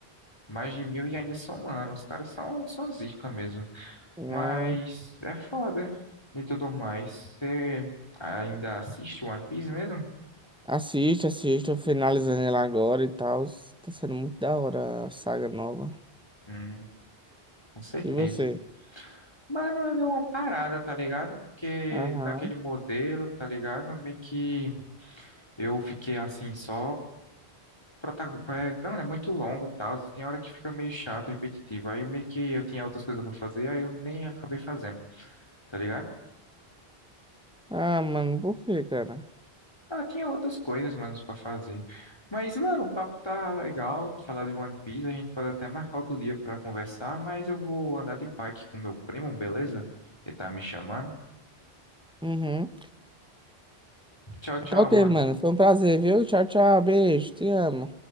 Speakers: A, on the left; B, in the centre.
A: Mais de mil e ainda somando. Os caras são, são zica mesmo.
B: não.
A: Mas é foda e tudo mais. Você ainda assiste One Piece mesmo?
B: Assiste, assiste, eu finalizando ela agora e tal. Tá sendo muito da hora a saga nova.
A: Hum, com certeza.
B: E você?
A: Mano, eu dei uma parada, tá ligado? Porque
B: Aham.
A: daquele modelo, tá ligado? Meio que Eu fiquei assim, só. prota- é, Não, é muito longo e tal. Tem hora que fica meio chato, repetitivo. Aí meio que eu tinha outras coisas pra fazer, aí eu nem acabei fazendo, tá ligado?
B: Ah, mano, por quê, cara?
A: Ah, tinha outras coisas, mano, pra fazer. Mas, mano, o papo tá legal. Falar de One Piece, a gente pode até marcar outro dia pra conversar. Mas eu vou andar de bike com meu primo, beleza? Ele tá me chamando.
B: Uhum.
A: Tchau, tchau,
B: Tá ok,
A: mano.
B: mano. Foi um prazer, viu? Tchau, tchau. Beijo. Te amo.